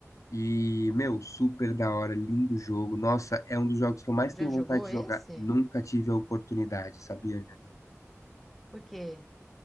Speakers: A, on the left (about 80°); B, in the centre.
A: E, meu, super da hora, lindo jogo. Nossa, é um dos jogos que eu mais
B: Já
A: tenho
B: jogou
A: vontade de
B: esse?
A: jogar. Nunca tive a oportunidade, sabia, meu amigo?
B: Por quê?